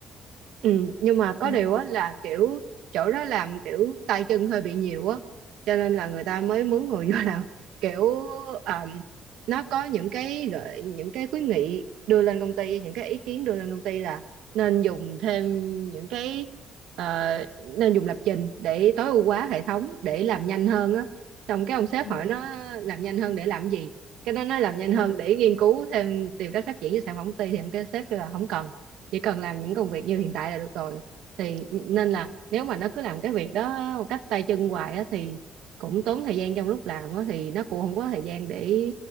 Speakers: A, on the right (about 70°); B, on the left (about 70°).
A: Ừ, nhưng mà có
B: ừ
A: điều á là kiểu chỗ đó làm kiểu tay chân hơi bị nhiều á cho nên là người ta mới mướn người vô làm kiểu um, nó có những cái gợi những cái khuyến nghị đưa lên công ty những cái ý kiến đưa lên công ty là nên dùng thêm những cái ờ, nên dùng lập trình để tối ưu hóa hệ thống để làm nhanh hơn á xong cái ông sếp
B: ừ
A: hỏi nó làm nhanh hơn để làm gì cái nó nói làm nhanh hơn
B: ừ
A: để nghiên cứu thêm tìm cách phát triển cho sản phẩm của công ty thì ông cái sếp kêu là không cần chỉ cần làm những công việc như hiện tại là được rồi thì nên
B: ừ
A: là nếu mà nó cứ làm cái việc đó một cách tay chân hoài á thì cũng tốn thời gian trong lúc làm á thì nó cũng không có thời gian để